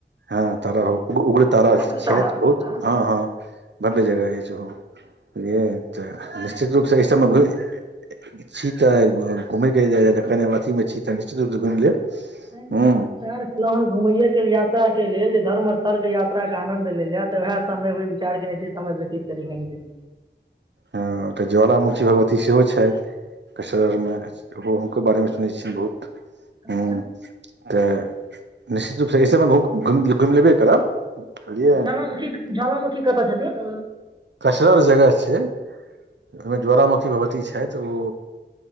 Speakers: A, on the right; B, on the right.
A: हाँ तारा उग्रतारा
B: उग्र
A: छैथ
B: तारा उग्र
A: बहुत
B: तारा
A: हाँ हाँ भव्य जगह अइछ ओहो बुझलियै तऽ निश्चित रूप से सब में घुम छी तऽ घुमै के कऽ अथी में छी तऽ निश्चित रूप सँ घुमि लेब
B: हड
A: हूँ
B: झार <unintelligible> न घुमय के यात्रा के लेल जे धर्म स्थल के यात्रा के आनंद लेल जय त वएह समय चार केने छी समय व्यतीत करी कनी कनी
A: हाँ त ज्वालामुखी भगवती सेहो छैथ <unintelligible> में ओहो हनको बारे में सुनै छियनि बहुत
B: <inaudible>
A: हूँ तऽ निश्चित रूप सँ एहि घुम घुमि लेबे करब बुझलियै
B: ज्वलामुखी ज्वलामुखी कत छथीन
A: कसगर जगह छै ओय मे ज्वालामुखी भगवती छथि ओ